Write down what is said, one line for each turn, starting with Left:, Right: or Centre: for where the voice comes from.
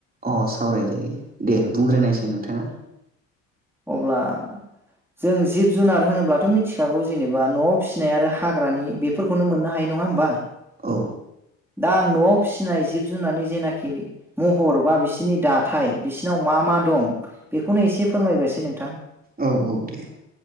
Right: अ सावरायजायो दे बुंग्रोनायसै नोंथाङा।
Centre: अब्ला जों जिब जुनार होनोब्लाथ' मिथिखागौ जेनेबा न'आव फिसिनाय आरो हाग्रानि बे बेफोरखौनो मोननो हायो नङा होमबा?
Right: औ।
Centre: दा आं न'आव फिसिनाय जिब जुनारनि जेनाखि बे महर बा बिसिोरनि दाथाय बिसोरनाव मा मा दं बेखौनो एसे फोरमायग्रोसै नोंथां
Right: औ औ दे।